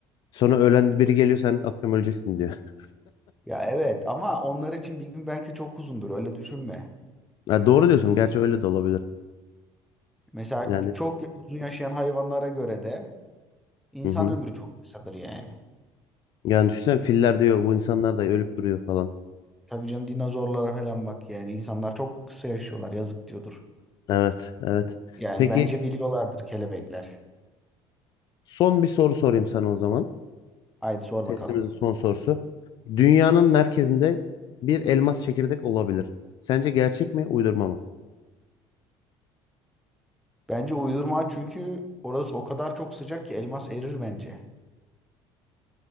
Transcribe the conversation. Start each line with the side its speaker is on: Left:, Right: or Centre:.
Left: Sonra öğlen biri geliyor sen akşam öleceksin diyor. <laughs>
Centre: Ya evet ama onlar için bir gün belki çok uzundur öyle düşünme.
Left: Ha, doğru diyorsun. Gerçi öyle de olabilir.
Centre: Mesela
Left: Yani
Centre: çok uzun yaşayan hayvanlara göre de insan
Left: hı hı.
Centre: ömrü çok kısadır yani.
Left: Yani düşünsene filler diyor
Centre: Evet.
Left: bu insanlar da ölüp duruyor falan.
Centre: Tabii canım dinozorlara falan bak yani insanlar çok kısa yaşıyorlar yazık diyordur.
Left: Evet, evet.
Centre: Yani
Left: Peki
Centre: bence biliyorlardır kelebekler.
Left: son bir soru sorayım sana o zaman.
Centre: Haydi sor
Left: Testimizin
Centre: bakalım.
Left: son sorusu. Dünyanın merkezinde bir elmas çekirdek olabilir. Sence gerçek mi, uydurma mı?
Centre: Bence uydurma çünkü orası o kadar çok sıcak ki elmas erir bence.